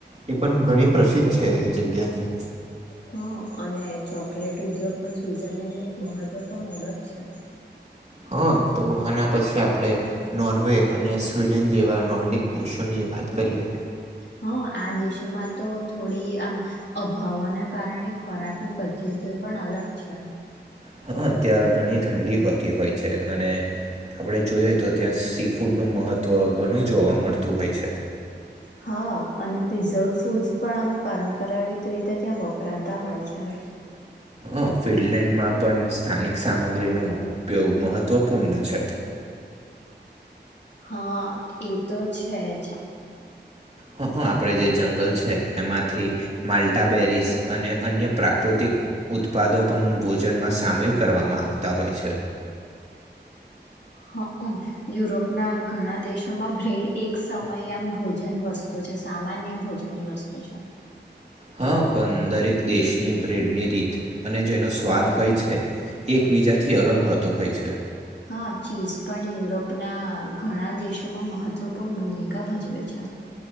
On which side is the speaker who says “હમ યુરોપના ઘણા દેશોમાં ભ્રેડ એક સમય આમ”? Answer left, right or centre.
Left